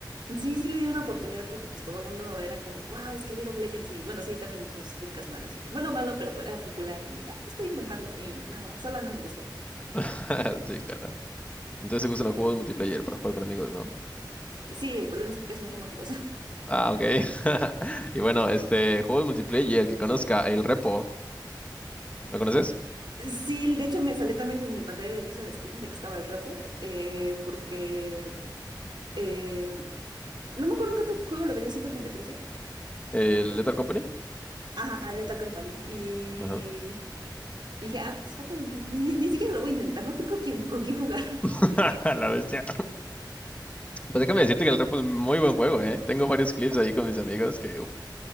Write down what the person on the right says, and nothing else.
Sí, sí le di una oportunidad porque pues todo el mundo era como, wow, es que League of Legends y bueno, sí, también sus críticas malas. Bueno, malo, pero pues, era popular y dije, ah, pues voy a intentarlo y no, sola no me gustó.
to-
Sí, el problema es que casi no tengo amigos. <laughs>
Sí, de hecho me salió también en mi pantalla de inicio de Steam de que estaba el repo, eh, porque eh, no me acuerdo qué otro juego le venía haciendo competencia.
Y,
ajá, a Lethal Company. Y,
y dije, ah, pues para qué lo intento. Ni, ni siquiera lo voy a intentar, no tengo quien, con quién jugar. <laughs>